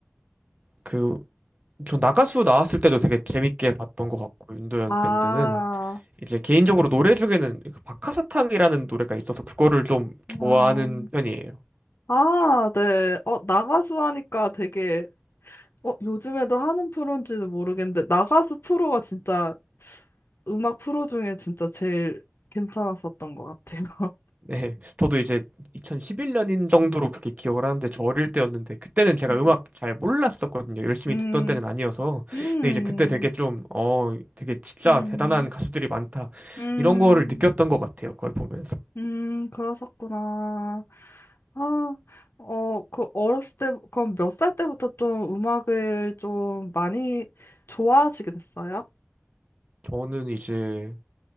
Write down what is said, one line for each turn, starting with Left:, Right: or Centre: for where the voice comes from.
Right: 그, 저 나가수 나왔을 때도 되게 재밌게 봤던 것 같고, 윤도현
Left: 아,
Right: 밴드는. 이제 개인적으로 노래 중에는 그 박하사탕이라는 노래가 있어서 그거를 좀
Left: 아,
Right: 좋아하는 편이에요.
Left: 아, 네. 어, 나가수 하니까 되게 어, 요즘에도 하는 프로인지는 모르겠는데, 나가수 프로가 진짜 음악 프로 중에 진짜 제일 괜찮았었던 것 같아요.
Right: 네, 저도 이제 2011년인 정도로 그게 기억을 하는데 저 어릴 때였는데 그때는 제가
Left: <laughs>
Right: 음악 잘 몰랐었거든요. 열심히
Left: 음.
Right: 듣던 때는 아니어서.
Left: 음, 음,
Right: 근데 이제 그때 되게 좀, 어, 되게 진짜
Left: 음,
Right: 대단한 가수들이 많다.
Left: 음,
Right: 이런 거를 느꼈던 것 같아요. 그걸 보면서.
Left: 음, 그러셨구나. 아, 어, 그 어렸을 때, 그럼 몇 살 때부터 좀 음악을 좀 많이 좋아하시게 됐어요?
Right: 저는 이제